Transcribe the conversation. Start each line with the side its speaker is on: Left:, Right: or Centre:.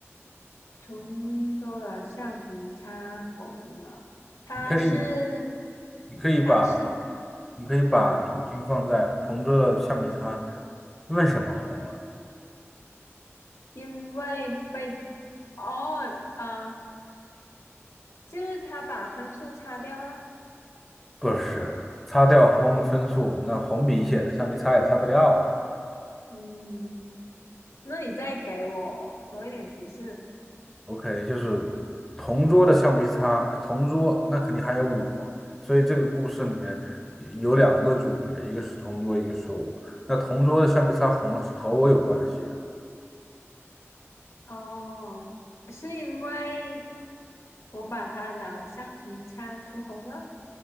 Left: 同桌的橡皮擦红了，他是
Centre: 你可以，你可以把，
Left: 他是
Centre: 你可以把重心放在同桌的橡皮擦
Left: 嗯。
Centre: 为什么红了。
Left: 因为被哦，啊、就是他把分数擦掉了。
Centre: 不是，擦掉红分数，那红笔写的橡皮擦也擦不掉啊。
Left: 嗯，那你再给我多一点提示。
Centre: OK，就是同桌的橡皮擦，同桌那肯定还有我，所以这个故事里面有两个主角，一个是同桌，一个是我。那同桌的橡皮擦红了是和我有关系的，
Left: 哦，是因为我把他的橡皮擦涂红了，